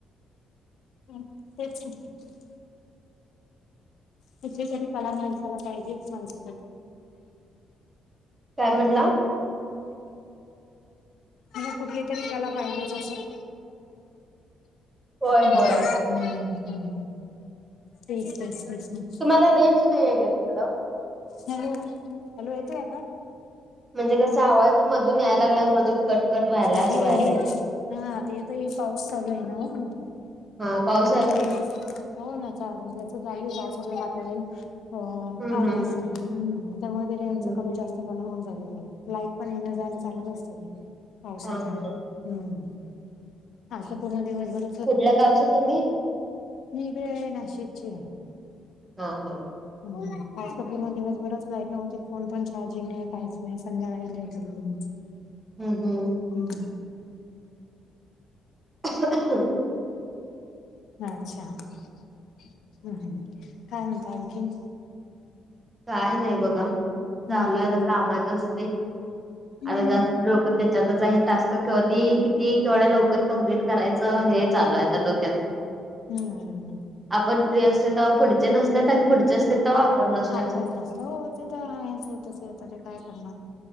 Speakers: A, on the left; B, on the right.
A: <unintelligible> कुठली तरी कला माणसाला पाहिजेच माणसाकडे
B: काय म्हणला
A: मग कुठली तरी त्याला पाहिलच असे
B: होय
A: हम्म
B: होय
A: हम्म ते तेच
B: तुम्हाला रेंज नाही आहे का तिकडं
A: हॅलो हॅलो येतोय आता
B: म्हणजे कसा आवाज मधून यायला लागलाय मधून कट कट व्हायला
A: हे
B: असं व्हायलाय.
A: हेच हा आ तेेत ह पाऊस चालू आहे ना.
B: हा पावस
A: रे हो ना चाजसं चालू सगळय अ
B: हम्म
A: आहे
B: हम्म.
A: असं त्यामध्ये त्यांच
B: हम्म
A: कमी जास्त प होन ज लाईक पण येण जाणं चालूच असतं ते पावसामाळे
B: हा हा.
A: हम्म आजता पूर्ण दिवसभर
B: कुठल्या गावचं तुम्ही
A: मी ते नाशिकची
B: हा हा
A: ह आज तर पूर्ण दिवसभरच लाईट नव्हती फोन पण चार्जिंग नाही काहीच नाही संध्याकाळी लाईट <inaudible>
B: हम्म हम्
A: हम्म
B: <inaudible>
A: अच्छा हम् काय म्हणता आणखीन
B: काय नाही बघा
A: हम्म
B: चालू आहे आता कामात असते
A: हम्म
B: आता जास्त लोक त्याच्यातच हे टास्क कधी किती केवढ्या लवकर कम्प्लीट करायचं हे चालू आहे आता डोक्यात
A: हम्मम
B: आपण फ्री असतो तेव्हा पुढचे नसतात आणि पुढचे असतात तेव्हा आपण नसतो.
A: पण नसतो तर होतच आता ते काय करणार